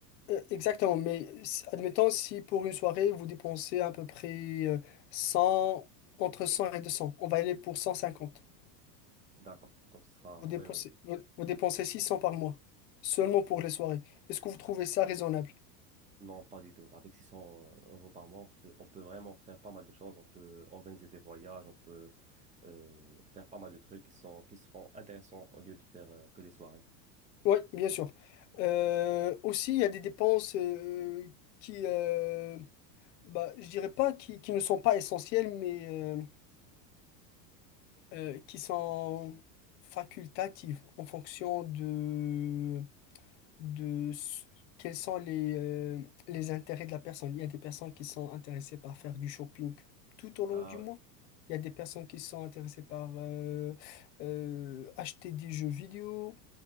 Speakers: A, on the left; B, on the right.
A: euh, exactement, mais si- admettons si pour une soirée, vous dépensez à peu près euh, 100, entre 100 et 200 on va aller pour cent cinquante
B: D'accord. Donc, ce sera,
A: Vous dépensez,
B: oui, oui.
A: vous, vous dépensez 600 par mois, seulement pour les soirées. Est-ce que vous trouvez ça raisonnable?
B: Non, pas du tout. Avec 600 euros par mois, on fait- on peut vraiment faire pas mal de choses. On peut organiser des voyages, on peut euh, faire pas mal de trucs qui sont, qui seront intéressants au lieu de faire euh, que des soirées.
A: Oui, bien sûr. Euh, aussi, il y a des dépenses euh, qui, euh, bah, je dirais pas qui, qui ne sont pas essentielles, mais euh, euh, qui sont facultatives en fonction de, de s- quels sont les, euh, les intérêts de la personne. Il y a des personnes qui sont intéressées par faire du shopping tout au long
B: Ah
A: du mois.
B: oui.
A: Il y a des personnes qui sont intéressées par euh, euh, acheter des jeux vidéo,